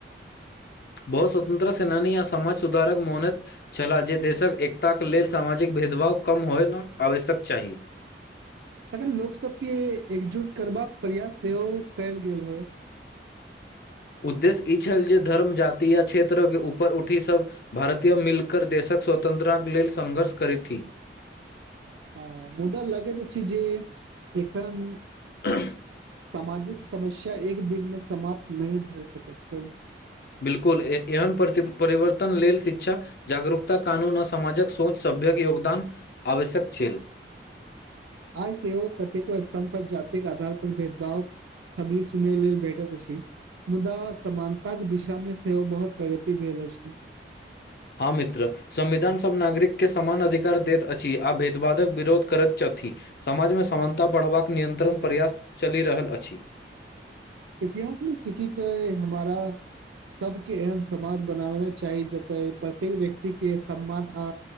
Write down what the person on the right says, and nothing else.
तखन लोक सभ के एकजुट करबाका प्रयास सेहो कयल गेल होय
हँ मुदा लगैत छै जे एखन।
सामाजिक समस्या एक दिन मे समाप्त नहि भए सकैतसँ
आय सेहो कतेको स्थान पर जातके आधार पर भेदभाव खबरी सुनै लेलऽ भेठत छी मुदा समानताक के दिशा मे सेहो बहुत प्रगति भेल अछि
इतिहास मे सिख कऽ हमारा सभके एहन समाज बनाबना चाही जतय प्रत्येक व्यक्ति के सम्मान आ।